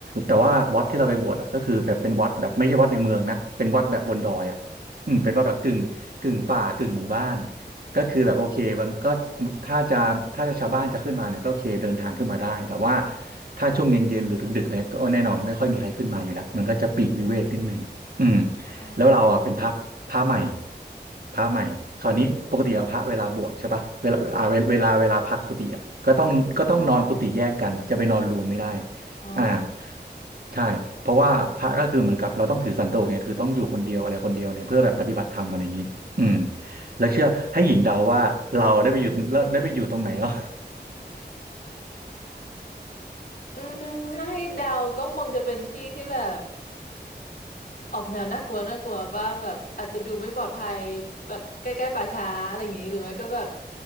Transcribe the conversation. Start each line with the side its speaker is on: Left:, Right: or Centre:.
Right: แต่ว่าวัดที่เราไปบวชอะก็คือแบบเป็นวัดแบบไม่ใช่วัดในเมืองนะเป็นวัดแบบบนดอยอะอืมเป็นวัดแบบกึ่งกึ่งป่ากึ่งหมู่บ้าน ก็คือแบบโอเคมันก็ถ้าจะถ้าจะชาวบ้านจะขึ้นมาเนี่ยก็โอเคเดินทางขึ้นมาได้แต่ว่าถ้าช่วงเย็นเย็นหรือดึกๆเลยก็แน่นอนไม่ค่อยมีใครขึ้นมาอยู่แล้วมันก็จะปีกวิเวกนิดนึงอืม
Left: อ่า
Right: แล้วเราอ่ะเป็นพระพระใหม่พระใหม่คราวนี้ปกติอะพระเวลาบวชใช่ปะเวลาอ่าเวลาเวลาเวลาพักกุฏิอ่ะก็ต้องก็ต้องนอนกุฏิแยกกันจะไปนอนรวมไม่ได้
Left: อ๋อ
Right: อ่าใช่เพราะว่าพระก็คือเหมือนกับเราต้องถือสันโดษเนี่ยคือต้องอยู่คนเดียวอะไรคนเดียวเนี่ยเพื่อแบบปฏิบัติธรรมอะไรอย่างนี้อืม แล้วเชื่อให้หญิงเดาว่าเราได้ไปอยู่ตรงแล้วได้ไปอยู่ตรงไหนอ่ะ
Left: อืมถ้าให้เดาก็คงจะเป็นที่ที่แบบออกแนวน่ากลัวน่ากลัวว่าแบบอาจจะดูไม่ปลอดภัยแบบใกล้ๆป่าช้าอะไรอย่างงี้หรือไม่ก็แบบ